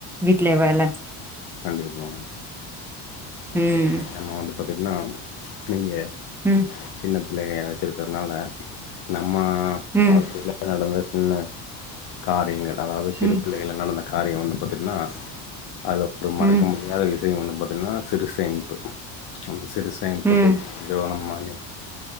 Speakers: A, in the centre; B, on the left.
A: வீட்ல வேல
B: கண்டிப்பா ஓகே
A: ம்
B: நம்ம வந்து பாத்தீட்ன்னா நீங்க
A: ம்
B: சின்ன பிள்ளைக வச்சிருக்குறனால நம்ம
A: ம்
B: வாழ்க்கைல நடந்த சின்ன காரியங்கள் அதாவது சிறு
A: ம்
B: பிள்ளைகள நடந்த காரியம் வந்து பாத்தீட்ன்னா அதுல ஒரு மறக்க
A: ம்
B: முடியாத விஷயம் வந்து பாத்தீங்கன்னா சிறுசேமிப்பு அந்த சிறுசேமிப்பு
A: ம்
B: <unintelligible>